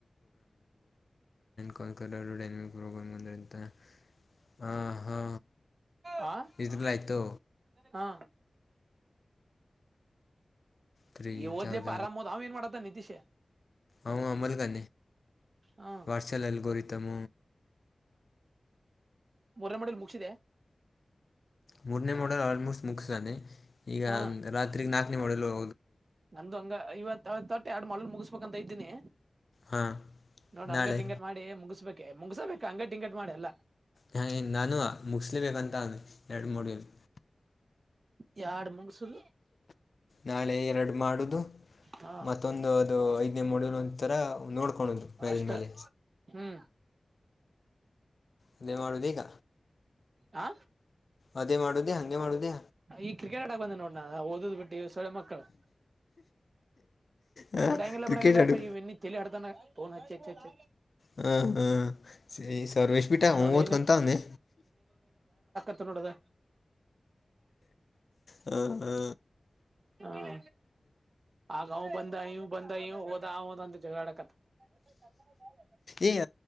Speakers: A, on the left; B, on the right.
A: ಗ್ಂದ್ರಂತ ಹ ಹಾ
B: ಹಾ
A: ಇದರಿಲೆ ಆಯ್ತು
B: ಹಾ
A: ತೀ
B: ಈ ಓದ್ಲಿಪ್ಪ
A: ಜತ
B: ಆರಾಮ್ ಓದ್ ಅವ ಏನ್ ಮಾಡತ್ತ ನಿತೀಶ್
A: ಅ ಅಮಲ್ ಕ
B: ಹಾ
A: ವಾರ್ಷಲ್ಲ್ಗೋರಿತಮ
B: ಮೊರ ಮಡೇಲ್ ಮುಗಸಿದೆೆ
A: ಮೂರನೇ ಮಾಡೆಲ್ ಆಲ್ಮೋಸ್ಟ್ ಮುಖ್ಯಸಾನೆ ಈಗ
B: ಹಾ
A: ರಾತ್ರಿ ನಾಲ್ಕನೇ ಮಾಡೆಲ್ ಹ
B: ನಂದು ಹಂಗ ಇವತ್ವತ್ತು ತಟ್ಟ ಎರಡು ಮಾಡ ಮುಗಿಸಸ್ಬೇಕಂತ ಇದ್ದೀನಿ
A: ಹಾಂ
B: ನೋಡ ಅಂಗ
A: ನಾಳೆ
B: ಟಂಕಟ ಮಾಡಿ ಮುಗಿಸಬೇಕೇ ಮುಗಸಬೇಕ ಅಂಗ ಟಂಕಟ್ ಮಾಡಿ ಎಲ್ಲಾ
A: ಹ ನಾನು ಮುಗಲಿಬೇಕಂತ ಎರಡು ಮೂಡಿಲ್ಲಿ
B: ಯಾಡಾ ಮುಗಸುದು
A: ನಾಳೆ ಎರಡು ಮಾಡುದು
B: ಹಾ
A: ಮತ್ತೊಂದು ಅದು ಐದನೇ ಮೂಡಿನ ಒಂತರ ನೋಡ್ಕಳದು ಮ್ಯಾಲಜ್
B: ಅಷ್ಟ
A: ಮೇಲೆ
B: ಹ್ಮ್
A: ಅದೇ ಮಾಡುವುದ ಈಗ
B: ಆ
A: ಅದೇ ಮಾಡುದೆ ಹಂಗೆ ಮಾಡುದೆ
B: ಈಗ ಕ್ರಿಕೆಟ್ ಆಡಕ್ ಬಂದಿದೀನಿ ನೋಡ ಓದದ್ ಬಿಟ್ಟು ಸೊಳ್ಳೆ ಮಕ್ಕಳು
A: ಹಾಂ
B: ಬಿಡಂಗಿಲ್ಲ
A: ಕ್ರಿಕೆಟ್
B: ಬಿಡಾಂಗಲ್ಲ
A: ಆಡು
B: ಪ ಇ ವಿನಿಗೆ ಹಡ್ತಾನ ಫೋನ್ ಹಚ್ಚಿಚ್ಚಚ್ಚ
A: ಹ್ಮ್ ಹ್ಮ ಸ ಸರ್ವೇಶ್ ಬಿಟ ಹೋಗತ್ಕಂತ
B: ನೋಡಿ
A: ಅವನೆ
B: ತ್ ನೋಡದ
A: ಹ್ಮ ಹಾ
B: ಹ್ಮ ಆಗ ಬಂದ ಇವು ಬಂದ ಇ ಹದ ಹದ ಅಂತ ಜಾಡಕತ್ ಎ
A: ಏಯ